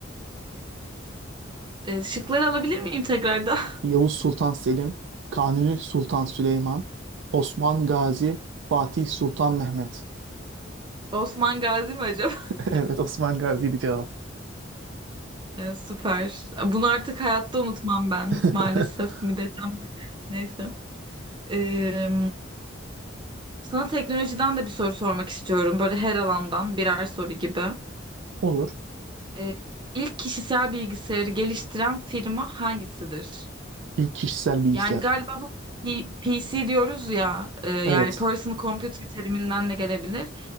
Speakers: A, on the right (about 25°); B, on the right (about 65°).
A: Ee, şıkları alabilir miyim tekrardan?
B: Yavuz Sultan Selim, Kanuni Sultan Süleyman, Osman Gazi, Fatih Sultan Mehmet.
A: <laughs> Osman Gazi mi acaba? <laughs>
B: <laughs> Evet, Osman Gazi'ydi cevap.
A: Ee, süper. Bunu artık hayatta unutmam ben.
B: <laughs>
A: Maalesef mi desem. Neyse. Ee, sana teknolojiden de bir soru sormak istiyorum. Böyle her alandan birer soru gibi.
B: Olur.
A: Ee, ilk kişisel bilgisayarı geliştiren firma hangisidir?
B: İlk kişisel bilgisayar.
A: Yani galiba bu P- PC diyoruz ya e, yani
B: Evet.
A: personal computer teriminden de gelebilir.